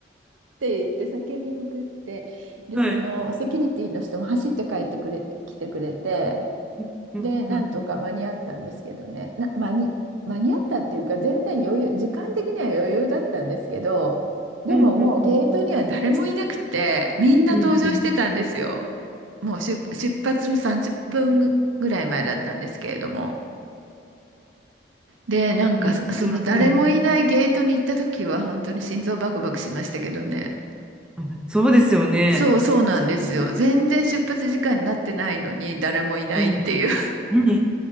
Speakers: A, on the right; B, in the centre.
A: て言って叫びまくって、で、
B: はい
A: そのセキュリティの人も走って帰ってくれ、来てくれて、
B: うんうんうん
A: で、なんとか間に合ったんですけどね、な、間に、間に合ったっていうか、全然余裕、時間的には余裕だったんですけど、でももうゲートには誰もいなくて、
B: うんうんうん
A: みんな登場してたんですよ。
B: うんうんうん。
A: もう出、出発の30分ぐらい前だったんですけれども。で、なんか、
B: いや、
A: そその誰もいないゲートに行った時は、
B: ほら、うん。
A: 本当に心臓バクバクしましたけどね。
B: あそうですよね。
A: そうそうなんですよ。
B: 確かに。
A: 全然出発時間になってないのに、誰もいないっていう。
B: うん。うん